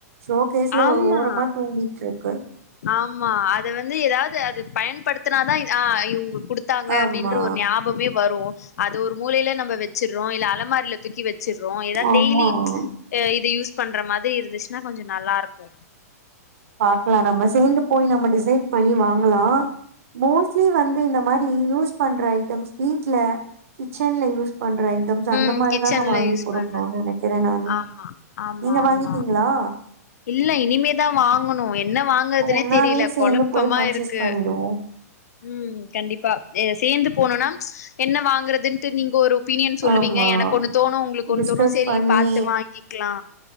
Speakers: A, on the right; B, on the left.
A: ஷோகேஸ்ல
B: ஆமா
A: ஒரு ஓரமா தூங்கிட்ருக்கு
B: ஆமா அத வந்து எதாவது அது பயன்படுத்தினாதா ஆ இவங்க குடுத் தாங்க
A: ஆமா
B: அப்படின்ற ஒரு ஞாபமே வரு அது ஒரு மூலயில நம்ப வச் வச்சடுறோ இல்ல அலமாரில தூக்கி வச்சிருறோ ஏதாவது
A: ஆமா
B: டெய்லி இது யூஸ் பண்ற மாதிரி இருந்துச்சுன்னா கொஞ்ச நல்லாருக்கு
A: பாக்கலா நம்ம சேந்து போய் நம்ம டிசைட் பண்ணி வாங்கலா மோஸ்ட்லி வந்து இந்த மாரி யூஸ் பண்ற ஐட்டம்ஸ் வீட்ல கிச்சன்ல யூஸ் பண்ற ஐட் டம்ஸ் அந்த
B: ம்
A: மாரிதாங்க
B: கிச்சன்ல
A: வாங்கி
B: யூஸ்
A: குடுக்ணுனு
B: பண்றது
A: நெனைக்கிறே நானு
B: ஆமா ஆமா
A: நீங்க
B: ஆமா
A: வாங்கிட்டீங்களா
B: இல்ல இனிமேதா வாங்கணு என்ன வாங்குறதுனே
A: அப்போ ஒன்னாவே
B: தெரியல
A: சேந்து
B: கொழப்பமா
A: போய் பர்ச்சேஸ்
B: இருக்கு
A: பண்ணிடுவோ
B: ம் கண்டிப்பா ஏ சேந்து போனோனா என்ன வாங்கறதுன்ட்டு நீங்க ஒரு ஒப்பீனியன் சொல்லுவீங்க
A: ஆமா
B: எனக்கு ஒண்ணு தோணு உங்களுக்கு ஒண்ணு
A: டிஸ்கஸ்
B: தோணு சரி
A: பண்ணி
B: பாத்து வாங்கிக்லா